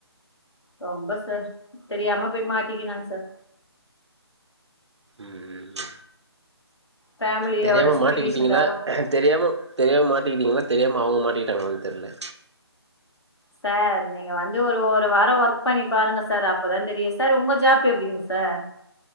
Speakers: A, on the left; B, on the right.
A: ரொம்ப சார் தெரியாம போய் மாட்டிகினா சார்
B: ம் ம்
A: ஃபேமிலியோட
B: தெரியாம
A: சுச்சுவேஷனுக்காக
B: மாட்டிக்கிட்டிங்களா தெரியாம தெரியாம மாட்டிக்கிட்டிங்களா தெரியாம அவங்க மாட்டிக்கிட்டாங்களான் தெர்ல
A: சார் நீங்க வந்து ஒரு ஒரு வார ஒர்க் பண்ணி பாருங்க சார் அப்பதா தெரியு சார் உங்க ஜாப் எப்டிங் சார்